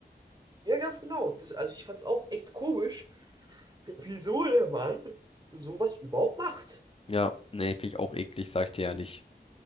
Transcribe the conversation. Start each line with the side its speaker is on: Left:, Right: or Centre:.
Right: Ja, ganz genau. Das, also, ich fand's auch echt komisch, <laughs> wieso der Mann sowas überhaupt macht.
Left: Ja, nee, finde ich auch eklig, sag ich dir ehrlich.